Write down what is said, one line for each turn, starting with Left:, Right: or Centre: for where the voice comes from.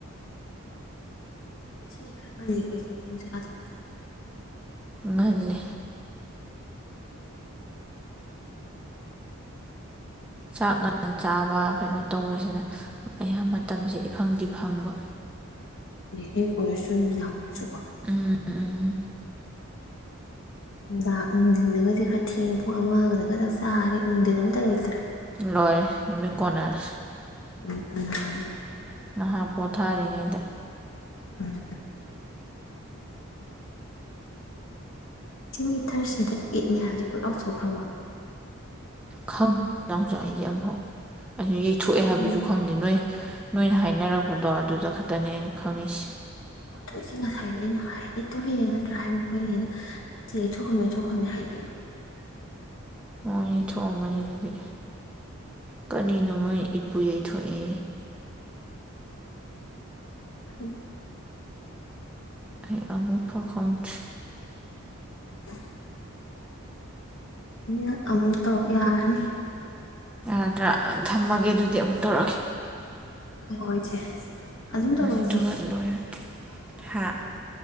Left: ꯉꯁꯤꯅ ꯈꯔ ꯉꯜꯂꯤꯀꫭ ꯏꯆꯦ ꯄꯨꯡ ꯆꯥꯛꯆꯥꯇꫭꯛꯄꯁꯦ꯫
Centre: ꯉꯜꯂꯦ ꯆꯥꯛ ꯉꯟꯅ ꯆꯥꯕ ꯀꯩꯅꯣ ꯇꯧꯕꯁꯤꯅ ꯑꯌꯥꯝꯕ ꯃꯇꯝꯁꯦ ꯏꯐꯪꯗꯤ ꯐꯪꯕ꯫
Left: ꯑꯌꯨꯛ ꯑꯣꯏꯔꯁꯨ ꯅꯨꯡꯗꯥꯡ ꯑꯣꯏꯔꯁꯨ꯫ <unintelligible>
Centre: ꯎꯝ ꯎꯝ
Left: ꯅꯨꯡꯗꯥꯡ ꯅꯨꯡꯗꯤꯟꯗꯒꯁꯦ ꯈꯔ ꯊꯦꯡꯅ ꯄꯨꯡ ꯑꯃꯒꯗꯒ ꯆꯥꯛ ꯆꯥꯔꯦ ꯅꯨꯡꯊꯤꯟ ꯑꯝꯇ ꯂꯩꯇ꯭ꯔꯦ꯫
Centre: ꯂꯣꯏꯔꯦ ꯅꯨꯃꯤꯠ ꯀꫭꯟꯅꯔꯦ꯫
Left: <unintelligible>
Centre: ꯉꯥꯍꯥꯛ ꯄꯣꯊꯥꯔꯤꯉꯩꯗ꯫
Left: ꯎꯝ꯫ ꯆꯦ ꯃꫭꯏ ꯊꯥꯔꯁꯗꯦꯗꯥ ꯏꯠ ꯅꯤ ꯍꯥꯏꯕꯁꯤ ꯄꯨꯂꯞ ꯂꯥꯎꯊꯣꯛꯈ꯭ꯔꯕꫭ꯫
Centre: ꯈꯪ <unintelligible> ꯑꯩꯗꯤ ꯑꯝꯐꯥꯎ꯫ ꯑꯁꯨ ꯌꯩꯊꯣꯛꯑꯦ
Left: ꯑꯗꯨꯅꯦ
Centre: ꯍꯥꯏꯕꯁꯨ ꯈꯪꯗꯦ ꯅꯣꯏ꯫ ꯅꯣꯏꯅ ꯍꯥꯏꯅꯔꯛꯄꯗꯣ ꯑꯗꯨꯗ ꯈꯛꯇꯅꯦ ꯑꯩꯅ ꯈꯪꯉꯁꯤ
Left: ꯑꯣꯊꯣꯆꯦ ꯉꯁꯥꯏꯗꯣ ꯑꯩꯅ ꯍꯥꯏ ꯏꯇꯣ ꯍꯅꯤꯡ ꯅꯠꯇ꯭ꯔꯥ ꯍꯥꯏꯕ ꯃꯈꯣꯏꯅꯤꯩꯅꯦ ꯊꯣꯛꯣꯛꯗ ꯊꯣꯛꯅꯤ ꯍꯥꯏꯔꯛꯏ
Centre: ꯑꯣ ꯌꯩꯊꯣꯑꯝꯃꯥ ꯅꯤ ꯑꯗꯨꯗꯤ ꯀꯔꯤꯅꯣ ꯃꯣꯏ ꯏꯠꯄꯨ ꯌꯩꯊꯣꯛꯑꯦ
Left: ꯎ
Centre: ꯑꯩ ꯑꯃꯨꯛ ꯐꯈꯣꯡꯦ
Left: ꯎ ꯏ ꯑꯃꯨꯛ ꯇꯧꯔꯨꯛ ꯌꯥꯔꯅꯤ
Centre: ꯑꯗ꯭ꯔ ꯊꯝꯃꯒꯦ ꯑꯗꯨꯗꯤ ꯑꯃꯨꯛ ꯇꯧꯔꯛꯒꯦ
Left: ꯍꯣꯏꯁꯦ ꯑꯗꯨꯝ ꯇꯧꯣꯏꯁꯦ
Centre: ꯑꯗꯨꯒ ꯂꯣꯏꯔꯦ ꯍꯥ